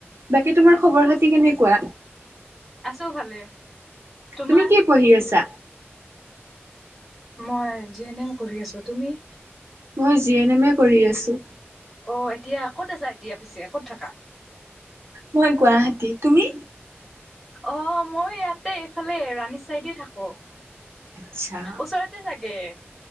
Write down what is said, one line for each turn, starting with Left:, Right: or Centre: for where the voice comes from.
Right: বাকী তোমাৰ খবৰ খাতি কেনেকুৱা
Centre: আছো ভালে। তোমাৰ
Right: তুমি কি পঢ়ি আছা?
Centre: মই জি এন এম কৰি আছো, তুমি?
Right: মই জি এন এম এ কৰি আছোঁ
Centre: অ, এতিয়া ক'ত আছা এতিয়া পিছে ক'ত থাকা।
Right: মই গুৱাহাটী তুমি
Centre: অ, মই ইয়াতে এইফালে ৰাণী চাইডে থাকো।
Right: আচ্ছা
Centre: ওচৰতে চাগে।